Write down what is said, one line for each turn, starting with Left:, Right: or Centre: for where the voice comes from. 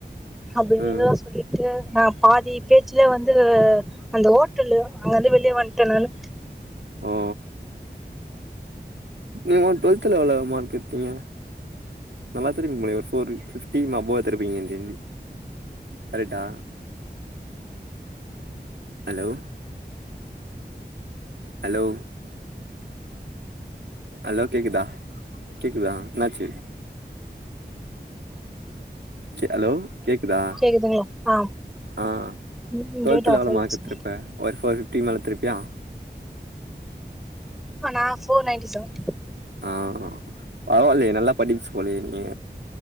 Centre: அப்டியில்லா
Right: ம்
Centre: சொல்லிட்டு நா பாதி கேச்சுல வந்து ட்டு அந்த ஓட் கில்லே அந்து இருந்து வெளிய வேண்டே நானு
Right: ஓ நீ ஒன் டொல்த்துல எவ்ளோவு மார்க் எடுத்தீங்க நல்லா திருப்பிங்களே four fifteen <unintelligible> Creta hello hello hello கேக்குதா கேக்குதா இன்னாச்சு ஹலோ கேக்குதா
Centre: கேக்குதுங்ளா ஆ
Right: ஆ
Centre: ம்
Right: டொல்த்துல
Centre: டேட்டா ஆஃப்
Right: எவ்ளோ
Centre: ஆயிடுச்சு
Right: மார்க் எத்துருப்ப ஒர்வ் ஒரு ஃபிஃப்டீன் எடுத்துருப்பீயா
Centre: நா ஃபோர் நைன்டி செவன்டி
Right: ஆ பரவாலியே நல்லா படிப்பிஸ் போலியே நீங்க